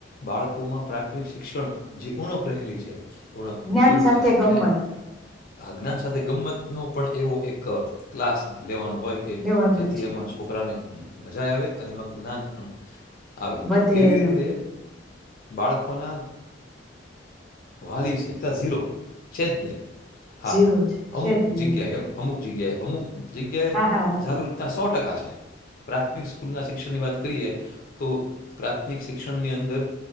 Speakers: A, on the left; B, in the centre.
A: બાળકોમાં પ્રાથમિક શિક્ષણ જેઉણ પહેલી છે. ઉણપ
B: જ્ઞાન
A: દૂર
B: સાથે
A: થાય
B: ગમ્મત
A: અને આ જ્ઞાન સાથે ગમ્મત નો પણ એવો એક ક્લાસ લેવાનો હોય કે
B: લેવાનું
A: જેથી
B: છે
A: એમાં છોકરાને અમ્મ‌ મજા આવે અને એમાં જ્ઞાન પણ આવે.
B: વધે
A: એવી
B: એનો
A: રીતે બાળકોના વાલી શે તા ઝીરો છે જ નહીં હા
B: ઝીરો જ છે
A: અમુક
B: જ નહીં
A: જગ્યા હ અમુક જગ્યાએ અમુક જગ્યાએ
B: હા હા મૂકો
A: જાગૃતતા સો ટકા છે પ્રાથમિક સ્કૂલના શિક્ષણની વાત કરીએ તો પ્રાથમિક શિક્ષણની અંદર